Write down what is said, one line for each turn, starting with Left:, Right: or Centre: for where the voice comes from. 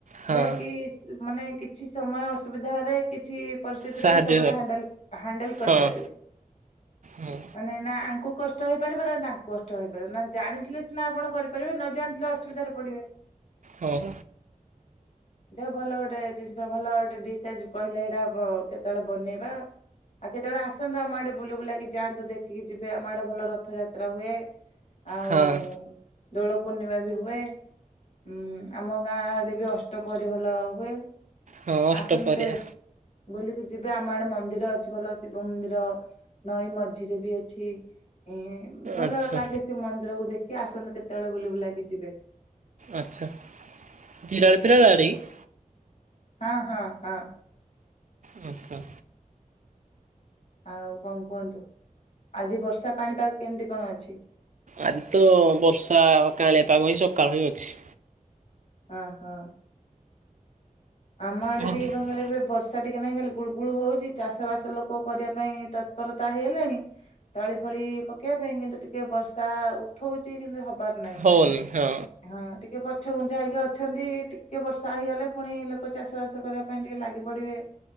Right: ହଁ
Left: ଯାହାକି ମାନେ କିଛି ସମୟ ଅସୁବିଧା ରେ କିଛି ପ
Right: ସାହାଯ୍ୟ
Left: ରେ ବି ସବୁା ହଣ୍ଡେଲ କରିପାରିବେ।
Right: ହଁ ହଁ
Left: ମାନେ ନା ଆଙ୍କୁ କଷ୍ଟ ହେଇପାରିବ ନା, ତାଙ୍କୁ କଷ୍ଟ ହେଇପାରିବ ନା, ଜାଣିଥିଲେ ସିନା ଆପଣ କରିପାରିବେ। ଜାଣିିଲଥିଲେ ଅସୁବିଧାରେ ପଡିବେ।
Right: ହଉ।
Left: ଦେ ଭଲ ଗୋଟେ ଜିନିଷ ଭଲ ଗୋଟେ ଡିସ୍ ଆଜି କହିଲେ ଏଇଟା କେତେବେଳେ ବନେଇବା। ଆଉ କେତେବେଳେ ଆସନ୍ତୁ ଆମ ଆଡେ ବୁ ବୁଲାକି ଯାଆନ୍ତୁ ଦେଖିକି ଯିବେ ଆମ ଆଡେ ଭଲ ରଥଯାତ୍ରା ହୁଏ। ଆଉ
Right: ହଁ
Left: ଦୋଳ ପୂର୍ଣ୍ଣିମା ବି ହୁଏ ଉଁ ଆମ ଗାଁ ଆଡେ ବି ଅଷ୍ଟପରି ଭଲ ହୁଏ
Right: ହଁ ଅଷ୍ଟପହରିଆ
Left: ଆସନ୍ତୁ କେବେ ବୁଲିକି ଯିବେ ଆମ ଆଡେ ମନ୍ଦିର ଅଛି ଭଲ ଶିବ ମନ୍ଦିର। ନଈ ମଝିରେ ବି ଅଛି ଏ ଭଲ
Right: ଆଚ୍ଛା
Left: ଲାଗେ ସେ ମନ୍ଦିରକୁ ଦେଖି ଆସନ୍ତୁ କେତେବେଳେ ବୁଲି ବୁଲାକି ଯିବେ।
Right: ଆଚ୍ଛା <unintelligible>
Left: ହଁ ହଁ ହଁ।
Right: ଆଚ୍ଛାଛା।
Left: ଆଉ କଣ କୁହନ୍ତୁ ଆଜି ବର୍ଷା ପାଣିପାଗ କେମତି କଣ ଅଛି।
Right: ଆଜି ତ ବର୍ଷା କାଳିଆପାଗ ହିଁ ସକାଳୁ ହିଁ ଅଛି।
Left: ହ ହଁ। ଆମ ଆଡେ
Right: ହଁ
Left: ଟିକେ କଣ କହେ ଏବେ ବର୍ଷା ସେଠିକ ନାଇଁ ଖଲି ଗୁଳୁ ଗୁଳ ହଉଛି ଚାଷ ବାସ ଲୋକ କରିବା ପାଇଁ ତତ୍ପରତା ହେଇ ହେଲେଣି। ତଳି ଫଳି ପକେଇବା ପାଇଁ କିନ୍ତୁ ଟିକେ ବର୍ଷା ଉଠଉଛି କିନ୍ତୁ ହବାର ନାହିଁ।
Right: ହଉନି ହଁ।
Left: ହଁ ଟିକେ ପଛ ଗୁଞ୍ଚା ହେଇକି ଅଛନ୍ତି ଟିକେ ବର୍ଷା ହେଇଗଲେ ପୁଣିକ ଲୋକ ଚାଷ ବାସ କରିବା ପାଇଁ ଟିକେ ଲାଗି ପଡିବେ।